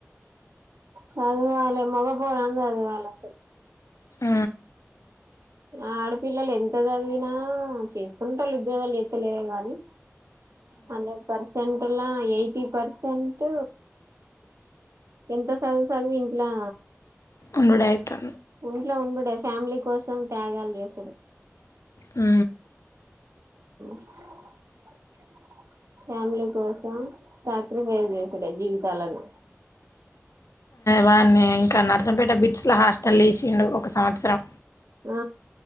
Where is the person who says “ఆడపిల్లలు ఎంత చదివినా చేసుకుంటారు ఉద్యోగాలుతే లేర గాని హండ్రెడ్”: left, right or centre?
Right